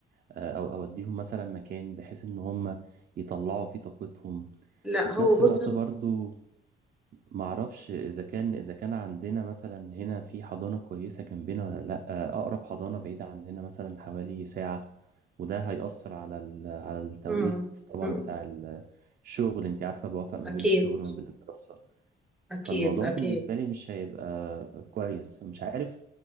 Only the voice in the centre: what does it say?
لا
هو
بص
مم.
مم.
اكيد
اكيد
اكيد